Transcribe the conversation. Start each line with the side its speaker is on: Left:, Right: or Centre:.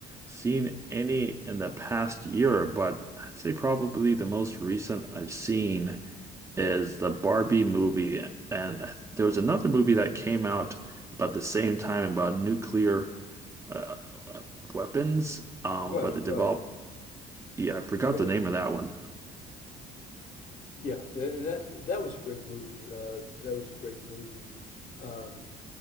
Right: seen any in the past year, but I'd say probably the most recent I've seen. is the Barbie movie, and I th- there was another movie that came out about the same time about nuclear uh, uh, weapons, um, about
Left: Right,
Right: the develop.
Left: right,
Right: Yeah, I forgot
Left: right.
Right: the name of that one.
Left: Yeah, and that that was a great movie. Uh, that was a great movie. Um,